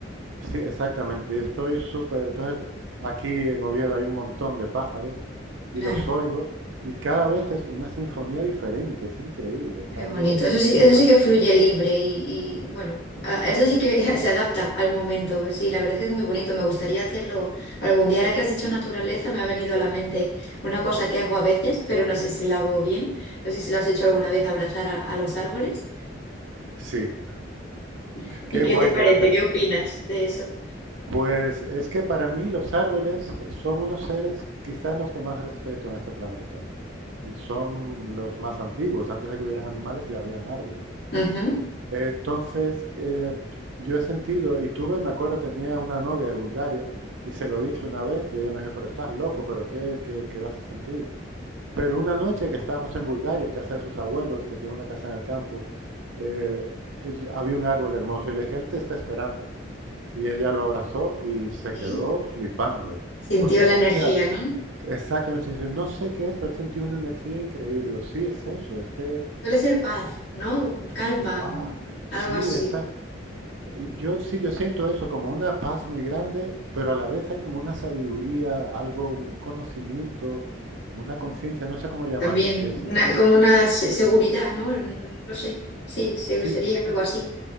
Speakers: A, on the right; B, on the left.
A: Sí, exactamente. Y estoy súper. Entonces, aquí en Oviedo hay un montón de pájaros y
B: claro.
A: los oigo y cada vez es una sinfonía diferente. Es increíble. Es
B: Qué
A: algo.
B: bonito, eso sí,
A: Me
B: eso
A: encanta.
B: sí que fluye libre y, y, bueno, a- eso sí que <laughs> se adapta al momento. Sí, la verdad es que es muy bonito, me gustaría hacerlo algún día. Ahora que has dicho naturaleza, me ha venido a la mente una cosa que hago a veces, pero no sé si la hago bien. No sé si lo has hecho alguna vez, abrazar a, a los árboles.
A: Sí,
B: <laughs>
A: qué
B: ¿Y qué
A: guay
B: te parece?
A: que hagas eso.
B: ¿Qué opinas de eso?
A: Pues es que para mí los árboles son unos seres quizás los que más respeto en este planeta y son los más antiguos. Antes de que hubieran animales ya habían árboles.
B: Ujú.
A: Entonces, eh, yo he sentido, y tuve, me acuerdo, tenía una novia de Bulgaria y se lo dije una vez y ella me dijo, pero estás loco, pero ¿qué, qué, qué vas a sentir? Pero una noche que estábamos en Bulgaria, en casa de sus abuelos, que tiene una casa en el campo, eh, el- había un árbol hermoso y le dije, él te está esperando. Y ella lo abrazó y se
B: Sí.
A: quedó flipando,
B: Sintió
A: porque dijo,
B: la energía,
A: o sea,
B: ¿no?
A: exactamente, dice, no sé qué es, pero sentí una energía increíble. Y digo, sí, es eso, es que,
B: Suele ser paz, ¿no? Calma,
A: wow,
B: algo
A: sí,
B: así.
A: es al- eh, Yo sí, yo siento eso como una paz muy grande, pero a la vez hay como una sabiduría, algo, un conocimiento, una conciencia, no sé cómo llamarle,
B: También,
A: que es,
B: una- como una se- seguridad, ¿no? No lo sé. Sí, se-
A: sí,
B: sería algo así.